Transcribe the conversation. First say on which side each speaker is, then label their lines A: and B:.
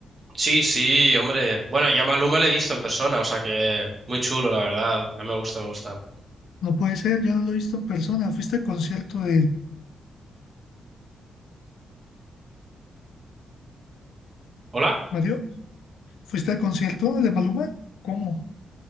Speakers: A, on the right; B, on the left.
A: Sí, sí, hombre. Bueno, ya Maluma le he visto en persona, o sea que muy chulo, la verdad. A mí me gusta, me gusta.
B: No puede ser, yo no lo he visto en persona. ¿Fuiste al concierto de
A: ¿Hola?
B: Mario? ¿Fuiste al concierto de Maluma? ¿Cómo?